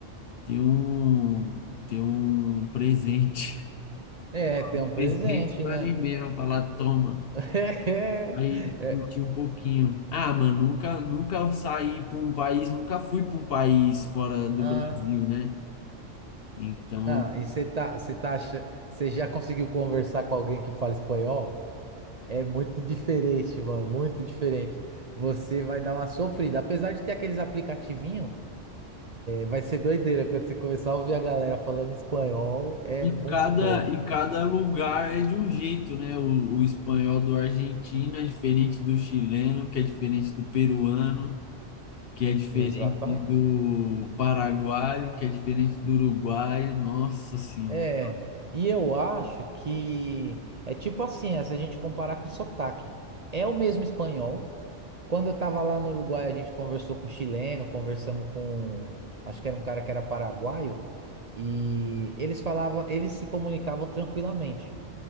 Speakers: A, on the left; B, on the right.
A: ter um ter um presente,
B: é,
A: <laughs>
B: tem um presente,
A: presente para
B: né?
A: mim mesmo, falar, toma.
B: <laughs>
A: Aí
B: É.
A: curti um pouquinho. Ah, mano, nunca, nunca saí para um país, nunca fui para um país fora do
B: Ah,
A: Brasil, né? Então,
B: não, e você tá, você tá, acha- você já conseguiu conversar com alguém que fala espanhol? É muito diferente, mano, muito diferente. Você vai dar uma sofrida. Apesar de ter aqueles aplicativinhos, vai ser doideira quando você começar a ouvir a galera falando espanhol. É
A: e
B: muito
A: cada,
B: doido.
A: e cada lugar é de um jeito, né? O, o espanhol do argentino é diferente do chileno, que é diferente do peruano, que é diferente
B: Exata.
A: do paraguaio, que é diferente do uruguaio. Nossa Senhora.
B: É. E eu acho que é tipo assim, é, se a gente comparar com sotaque. É o mesmo espanhol. Quando eu tava lá no Uruguai, a gente conversou com chileno, conversamos com, acho que era um cara que era paraguaio, e eles falavam, eles se comunicavam tranquilamente.